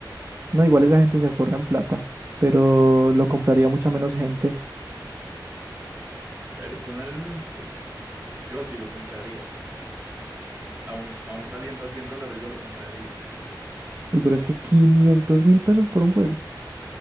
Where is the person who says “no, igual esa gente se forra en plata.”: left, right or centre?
Right